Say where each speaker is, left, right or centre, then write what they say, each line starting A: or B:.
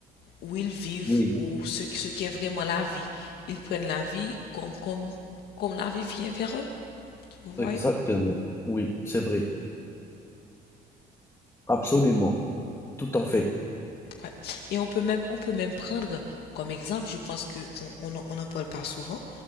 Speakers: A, on the left; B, on the left.
A: où ils vivent
B: oui,
A: ou ce, qui- ce qu'est vraiment la vie. Ils prennent la vie comme, comme, comme la vie vient vers eux, tu vous voyez?
B: exactement. Oui, c'est vrai. Absolument. Tout à fait.
A: Ouais. Et on peut même, on peut même prendre comme exemple, je pense que qu'on on, en- n'en parle pas souvent,